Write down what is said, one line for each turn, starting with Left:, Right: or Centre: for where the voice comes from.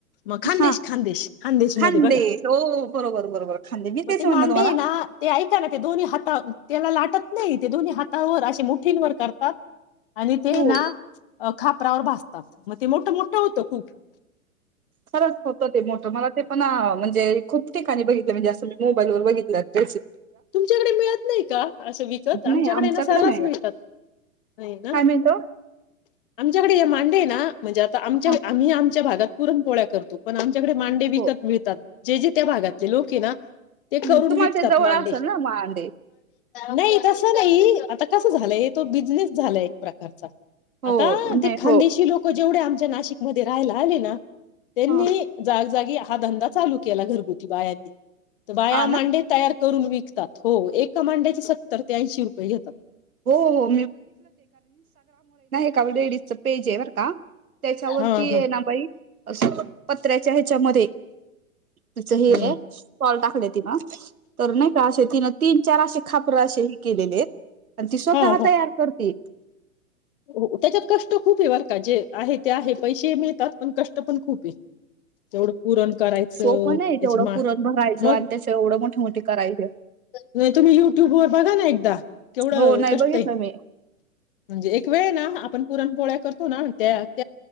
Left: मग खानदेश
Right: हा
Left: खानदेश खानदेश
Right: खांदे
Left: मध्ये बघा
Right: हो बरोबर बरोबर खांदे मी तेच
Left: मग ते मांडे
Right: म्हणलं तुम्हाला
Left: ना ते ऐका ना ते दोन्ही हाता त्याला लाटत नाही ते दोन्ही हातावर अे मुठींवर करतात आणि ते
Right: हो
Left: ना खापरावर भाजतात मग ते मोठं मोठं होतं खूप
Right: खरंच होतं ते मोठं मला ते पण म्हणजे खूप ठिकाणी बघितलं म्हणजे असं मी मोबाईलवर बघितलं त्या
Left: तुमच्याकडे मिळत नाही का असं विकत
Right: नाही
Left: आमच्याकडे ना सरास
Right: नाही
Left: मिळतात
Right: बा
Left: नाही ना
Right: काय मिळतो
Left: आमच्याकडे हे मांडे आहे ना म्हणजे आता आमच्या
Right: हा
Left: आम्ही आमच्या भागात पुरणपोळ्या करतो. पण आमच्याकडे मांडे
Right: हो
Left: विकत मिळतात जे जे त्या भागातले लोक हाय ना ते
Right: हम
Left: करून
Right: तुम्हाला
Left: विकतात
Right: ते जवळ
Left: मांडे
Right: असेल <inaudible> मांडे
Left: नाही तसं नाही आता कस झालंय तो बिझनेस झालाय एक प्रकारचा.
Right: हो
Left: आता
Right: नाही
Left: ते खानदेशी
Right: हो
Left: लोक जेवढे आमच्या नाशिकमध्ये राहायला आले ना त्यांनी
Right: ह
Left: जाग जागी हा धंदा चालू केला घरगुती बायांनी. बाया
Right: हा ना
Left: मांडे तयार करून विक विकतात हो एका मांड्याचे सत्तर ते ऐंशी रुपये घेतात.
Right: हो हो <unintelligible> लेडीज पेज आहे बरं का त्याच्यावरती
Left: हा हा
Right: ये ना बाई असं पत्र्याच्या ह्याच्यामध्ये तिचं हे
Left: हम्म.
Right: हेय स्टॉल टाकलेत. <unintelligible> तर नाही का असे तिनं तीन चार असे खापर असे हे केलेलेत. अन ती स्वतः
Left: हा हा
Right: तयार करतेत.
Left: हो त्याच्यात कष्ट खूप आहे बर का जे आहे ते आहे पैसेही मिळतात पण कष्ट पण खूपये. तेवढ पुरण करायचं
Right: सोपं
Left: त्याचे
Right: नाही तेवढं
Left: मां
Right: पुरण भरायचं
Left: मग
Right: आणि त्याच्या एवढं मोठे मोठे करायचे
Left: नाही तुम्ही युट्युब वर बघा ना एकदा. केवढ
Right: हो नाही
Left: कष्ट
Right: बघितलं
Left: आहे
Right: मी
Left: म्हणजे एक एक वेळ आहे ना हा आपण पुरणपोळ्या करतो ना त्यात